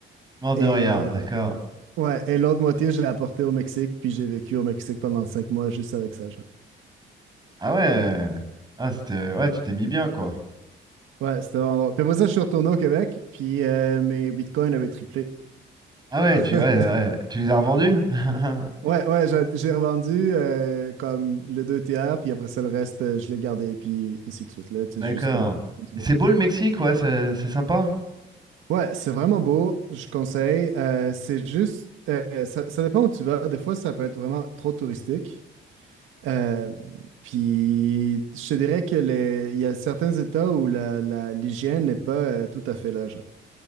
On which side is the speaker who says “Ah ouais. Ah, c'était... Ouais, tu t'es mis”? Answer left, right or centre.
Right